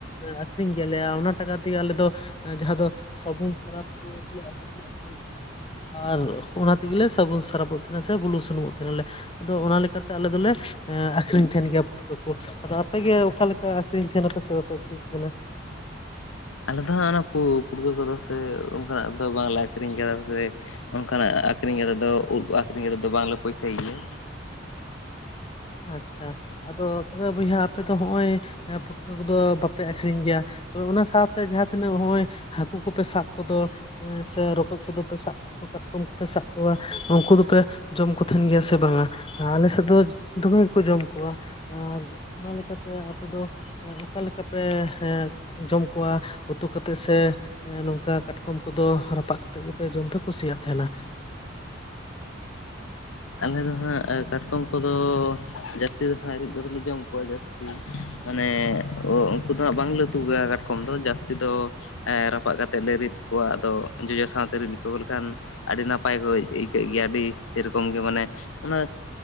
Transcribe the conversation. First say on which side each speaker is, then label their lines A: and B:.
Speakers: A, on the left (about 25°); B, on the left (about 80°).
A: ᱟᱠᱷᱨᱤᱧ ᱜᱮᱭᱟᱞᱮᱭᱟ ᱚᱱᱟ ᱴᱟᱠᱟ ᱛᱮᱜᱮ ᱟᱞᱮ ᱫᱚ ᱡᱟᱦᱟᱸ ᱫᱚ ᱥᱟᱵᱩᱱ ᱥᱟᱨᱟᱯ ᱠᱚ <inaudible> ᱟᱨ ᱚᱱᱟ ᱛᱮᱜᱮᱞᱮ ᱥᱟᱵᱚᱱ ᱥᱟᱨᱟᱯᱚᱜ ᱛᱟᱦᱮᱱᱟ ᱥᱮ ᱵᱩᱞᱩᱝ ᱥᱩᱱᱩᱢᱚᱜ ᱛᱟᱦᱮᱱᱟᱞᱮ᱾ ᱟᱫᱚ ᱚᱱᱟ ᱞᱮᱠᱟ ᱛᱮ ᱟᱞᱮ ᱫᱚᱞᱮ ᱮᱸ ᱟᱹᱠᱷᱨᱤᱧ ᱛᱟᱦᱮᱸᱱ ᱜᱮᱭᱟ ᱯᱩᱴᱠᱟᱹ ᱠᱩ᱾ ᱟᱫᱚ ᱟᱯᱮ ᱜᱮ ᱚᱠᱟ ᱞᱮᱠᱟ ᱟᱹᱠᱷᱨᱤᱧ ᱛᱷᱮᱱᱟ ᱯᱮ ᱥᱮ ᱵᱟᱯᱮ ᱟᱹᱠᱷᱨᱤᱧ ᱛᱷᱮᱱᱟ?
B: ᱟᱞᱮ ᱫᱚ ᱦᱟᱸᱜ ᱚᱱᱟ ᱯᱩ ᱯᱩᱴᱠᱟᱹ ᱠᱚᱫᱚ ᱥᱮ ᱚᱱᱠᱟ ᱱᱟᱜ ᱫᱚ ᱵᱟᱝ ᱞᱮ ᱟᱠᱷᱨᱤᱧ ᱠᱟᱫᱟ ᱥᱮ ᱚᱱᱠᱟ ᱱᱟᱜ ᱟᱠᱷᱨᱤᱧ ᱨᱮᱫᱚ ᱩᱫᱽ ᱟᱠᱷᱨᱤᱧ ᱨᱮᱫᱚ ᱵᱟᱝ ᱞᱮ ᱯᱩᱭᱥᱟᱹᱭ ᱜᱮᱭᱟ᱾
A: ᱟᱪᱪᱷᱟ ᱟᱫᱚ ᱛᱚᱵᱮ ᱵᱚᱭᱦᱟ ᱟᱯᱮ ‌ᱫᱚ ᱦᱚᱸᱜ-ᱚᱭ ᱮᱸ ᱯᱷᱩᱴᱠᱟᱹ ᱠᱚᱫᱚ ᱵᱟᱯᱮ ᱟᱹᱠᱷᱨᱤᱧ ᱜᱮᱭᱟ᱾ ᱛᱚᱵᱮ ᱚᱱᱟ ᱥᱟᱶᱛᱮ ᱡᱟᱦᱟᱸ ᱛᱤᱱᱟᱹᱜ ᱦᱚᱜ-ᱚᱭ ᱦᱟᱹᱠᱩ ᱠᱚᱯᱮ ᱥᱟᱵ ᱠᱚᱫᱚ ‌ᱮᱸ ᱥᱮ ᱨᱚᱠᱚᱡ ᱠᱚᱫᱚ ᱯᱮ ᱥᱟᱵ ᱦᱟᱹᱠᱩ ᱠᱟᱴᱠᱚᱢ ᱠᱚᱯᱮ ᱥᱟᱵ ᱠᱚᱣᱟ ᱩᱝᱠᱩ ᱫᱚᱯᱮ ᱡᱚᱢ ᱠᱚ ᱛᱷᱮᱱ ᱜᱮᱭᱟ ᱥᱮ ᱵᱟᱝᱟ ᱟᱸ ᱟᱞᱮ ᱥᱮᱫ ᱫᱚ ᱫᱚᱢᱮ ᱜᱮᱠᱚ ᱡᱚᱢ ᱠᱚᱣᱟ ᱟᱨ ᱚᱱᱟ ᱞᱮᱠᱟ ᱛᱮ ᱟᱯᱮ ᱫᱚ ᱮᱸ ᱚᱠᱟ ᱞᱮᱠᱟ ᱯᱮ ᱦᱮᱸ ᱡᱚᱢ ᱠᱚᱣᱟ ᱩᱛᱩ ᱠᱟᱛᱮᱜ ᱥᱮ ᱦᱮᱸ ᱱᱚᱝᱠᱟ ᱠᱟᱴᱠᱚᱢ ᱠᱚᱫᱚ ᱨᱟᱯᱟᱜ ᱠᱟᱛᱮᱜ ᱜᱮᱯᱮ ᱡᱚᱢ ᱯᱮ ᱠᱩᱥᱤᱭᱟᱜ ᱛᱟᱦᱮᱱᱟ᱾
B: ᱟᱞᱮ ᱫᱚ ᱦᱟᱸᱜ ᱠᱟᱴᱠᱚᱢ ᱠᱚᱫᱚ ᱡᱟᱹᱥᱛᱤ ᱫᱚ ᱦᱟᱸᱜ ᱨᱤᱫ ᱠᱟᱛᱮᱜ ᱞᱮ ᱡᱚᱢ ᱠᱚᱣᱟ ᱡᱟᱹᱥᱛᱤ᱾ ᱢᱟᱱᱮ ᱚᱻᱚᱱᱠᱚ ᱫᱚ ᱦᱟᱸᱜ ᱵᱟᱝ ᱞᱮ ᱩᱛᱩ ᱠᱚᱣᱟ ᱠᱟᱴᱠᱚᱢ ᱫᱚ ᱡᱟᱥᱛᱤ ᱫᱚ ᱮ‌ ᱨᱟᱯᱟᱜ ᱠᱟᱛᱮᱜ ᱞᱮ ᱨᱤᱫ ᱠᱚᱣᱟ ᱟᱫᱚ ᱡᱚᱡᱚ ᱥᱟᱶᱛᱮ ᱨᱤᱫ ᱞᱚᱠᱚ ᱞᱮᱠᱷᱟᱱ ᱟᱹᱰᱤ ᱱᱟᱯᱟᱭ ᱠᱚ ᱟᱹᱭᱠᱟᱹᱜ ᱜᱮᱭᱟ ᱟᱹᱰᱤ ᱥᱮᱭ ᱨᱚᱠᱚᱢ ᱜᱮ ᱢᱟᱱᱮ ᱚᱱᱟ